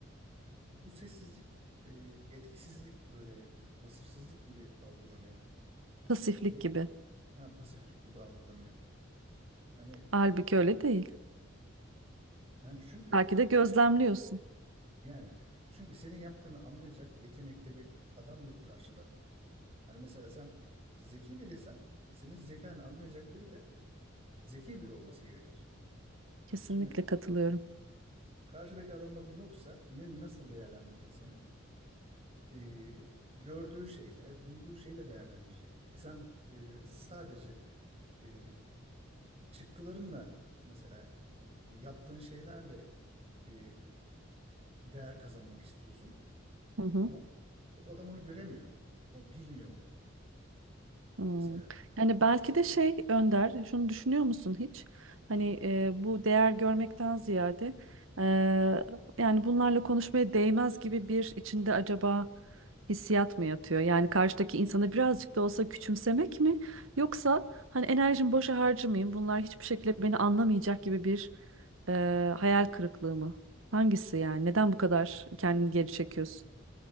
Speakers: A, on the right; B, on the right.
A: Bu sessizlik e, etkisizlik böyle vasıfsızlık gibi algılanıyor.
B: Pasiflik
A: E çünkü
B: gibi.
A: ha, pasiflik gibi algılanıyor. Hani
B: Halbuki
A: ne bileyim
B: öyle değil.
A: yani çünkü
B: Belki de gözlemliyorsun.
A: yani çünkü senin yaptığını anlayacak yetenekte bir adam yok karşıda. Hani mesela sen zeki biriysen senin zekanı anlayacak biri de zeki biri olması gerekir.
B: Kesinlikle
A: Şimdi
B: katılıyorum.
A: karşıdaki adamda bu yoksa ne, nasıl değerlendirecek seni? e, gördüğü şeyle, duyduğu şeyle değerlendirecek. E sen e, sadece e, çıktılarınla mesela yaptığın şeylerle e, değer kazanmak istiyorsun.
B: Hı hı.
A: Ama o adam onu göremiyor. O bilmiyor onu.
B: Hmm.
A: Mesela
B: Yani belki
A: hiç,
B: de şey Önder, şunu düşünüyor musun hiç? Hani e, bu değer görmekten ziyade e, yani bunlarla konuşmaya değmez gibi bir içinde acaba hissiyat mı yatıyor? Yani karşıdaki insanı birazcık da olsa küçümsemek mi? Yoksa hani enerjimi boşa harcamayayım, bunlar hiçbir şekilde beni anlamayacak gibi bir e, hayal kırıklığı mı? Hangisi yani?
A: yok
B: Neden bu kadar kendini geri çekiyorsun?